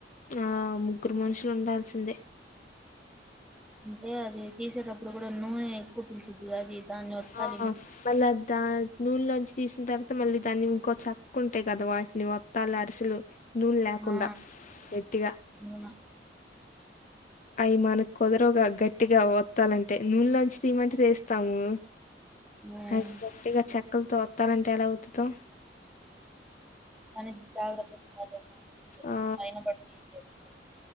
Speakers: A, on the left (about 45°); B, in the centre.
A: ఆ ముగ్గురు మనుషులు ఉండాల్సిందే
B: అంటే అది తీసేటప్పుడు కూడా నూనె పీల్చిద్ది అది దాన్ని ఒత్తాలి
A: ఆ
B: మనం
A: మళ్ళాద్దా నూనెలోంచి తీసిన్ తరువాత మళ్ళీ దాన్ని ఇంకో చెక్క ఉంటాయి కదా వాటిని వత్తాలే అరిసెలు నూనె లేకుండా
B: ఆ
A: గట్టిగా
B: అవును
A: అవి మనకు కుదరవుగా గట్టిగా వత్తాలంటే నూనెలోంచి తీయ్యమంటే తీస్తాము
B: మ్యా
A: అవి గట్టిగా చెక్కలతో వత్తాలంటే ఎలా వత్తుతామ్
B: మన జాగ్రతగా <unintelligible>
A: ఆ
B: పైన పెట్టెసేప్పుడు